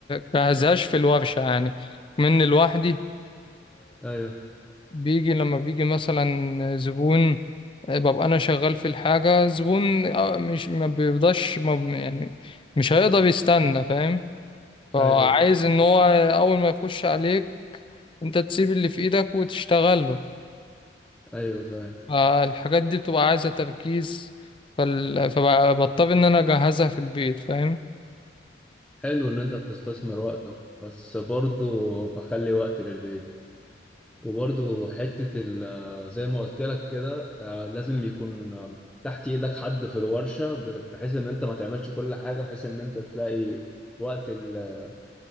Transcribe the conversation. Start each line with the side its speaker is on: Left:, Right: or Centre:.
Left: بجهزهاش في الورشة يعني من لوحدي
Centre: ايوه
Left: بيجي لما بيجي مثلا زبون ببقى انا شغال في الحاجة زبون آه، مش ما بيفضاش ما ب- يعني مش هيقدر يستنى فاهم فعايز
Centre: ايوه
Left: ان هو اول ما يخش عليك انت تسيب اللي في ايدك وتشتغل له
Centre: ايوه فاهم
Left: فالحاجات دي بتبقى عايزة تركيز فال... فبضطر ان انا اجهزها في البيت فاهم
Centre: حلو ان انت بتستثمر وقتك بس برضه بخلي وقت للبيت وبرضه حتة ال- زي ما قلت لك كده آه، لازم يكون آه، تحت ايدك حد في الورشة ب- بحيث ان انت ما تعملش كل حاجة بحيث ان انت تلاقي وقت ال-